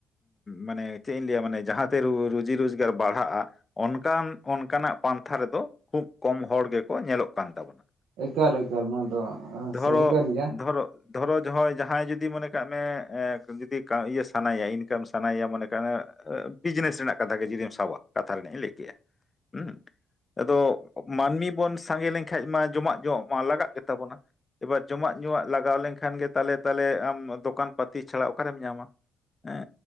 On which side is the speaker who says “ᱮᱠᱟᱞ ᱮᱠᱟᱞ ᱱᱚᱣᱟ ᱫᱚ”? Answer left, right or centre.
Right